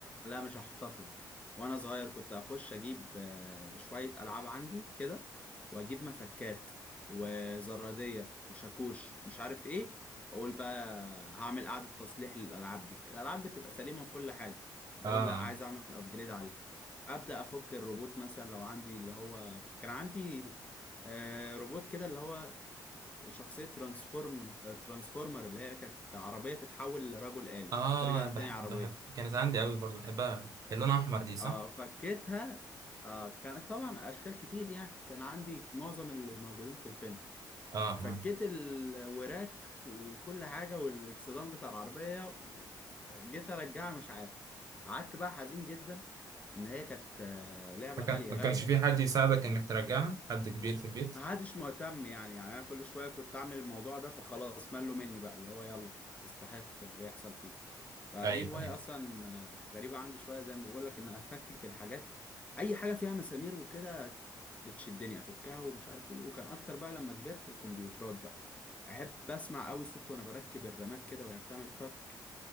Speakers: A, on the left; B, on the right.
A: لا مش هحتفظ وانا صغير كنت اخش اجيب آه، شوية العاب عندي كده واجيب مفكات وزرادية وشاكوش مش عارف ايه اقول بقى هعمل قعدة تصليح للالعاب دي الالعاب بتبقى سليمة وكل حاجة بقول
B: اه
A: لا عايز اعمل ابجريد عليه ابدا افك الروبوت مثلا لو عندي اللي هو كان عندي آه، روبوت كده اللي هو شخصية ترانسفورم ترانسفورمر اللي هي كانت عربية تتحول لرجل آلي
B: اه
A: ترجع
B: بحب
A: تاني عربية
B: بحب كانت عندي قوي برضو بحبها كان لونها احمر دي صح
A: اه فكيتها آه كانت طبعا اشكال كتير يعني كان عندي معظم اللي موجودين في الفيلم
B: اه آه.
A: فكيت الوراك وكل حاجه والاكسدام بتاع العربيه و- جيت ارجعها مش عارف قعدت بقى حزين جدا ان هي كانت آه، لعبه
B: ما كان-
A: غاليه
B: ما
A: غاليه
B: كانش في
A: يعني
B: حد يساعدك انك ترجعها حد كبير في البيت
A: ما عادش مهتم يعني يعني انا كل شويه كنت اعمل الموضوع ده فخلاص ملوا مني بقى اللي هو يلا تستحق اللي يحصل فيك فدي
B: ايوه
A: هوايه
B: ايوه
A: اصلا آه، غريبه عندي شويه زي ما بقول لك ان افكك الحاجات اي حاجه فيها مسامير وكده بتشدني افكها ومش عارف ايه وكان اكتر بقى لما كبرت الكمبيوترات بقى احب اسمع قوي صوت وانا بركب الرامات كده وهي بتعمل تك